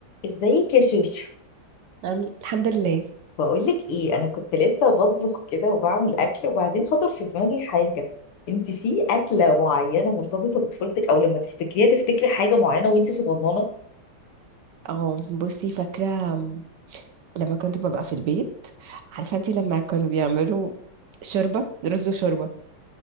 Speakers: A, on the left (about 85°); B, on the right (about 65°).
A: ازيك يا شوشو
B: أم- الحمد لله
A: بقولك ايه انا كنت لسه بطبخ كده وبعمل اكل وبعدين خطر في دماغي حاجه انت في اكله معينه مرتبطه بطفولتك او لما تفتكريها تفتكري حاجه معينه وانت صغننه
B: اه بصي فاكرة لما كنت ببقى في البيت عارفة انتي لما كانوا بيعملوا شوربة رز وشوربة